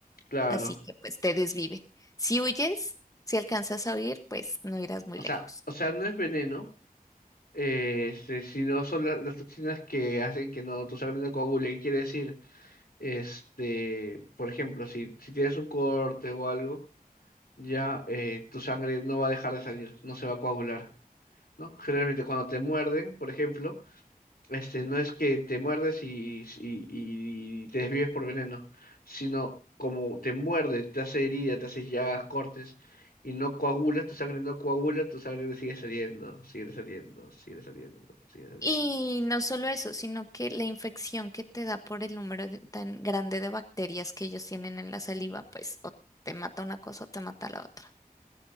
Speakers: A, on the left; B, on the left.
A: claro,
B: Así que pues te desvive. Si huyes, si alcanzas a huir, pues no irás muy
A: o
B: lejos.
A: sea, o sea, no es veneno, eh, este, sino son la- las toxinas que hacen que no tu sangre no coagule, ¿qué quiere decir? Este, por ejemplo, si, si tienes un corte o algo, ya eh, tu sangre no va a dejar de salir, no se va a coagular, ¿no? Generalmente cuando te muerden, por ejemplo, Este, no es que te muerdes y, y- y te desvives por veneno, sino como te muerde, te hace herida, te hace llagas, cortes, y no coagulas, tu sangre no coagula, tu sangre sigue saliendo, sigue saliendo, sigue saliendo, sigue saliendo.
B: Y no solo eso, sino que la infección que te da por el número de- tan grande de bacterias que ellos tienen en la saliva, pues o te mata una cosa o te mata la otra.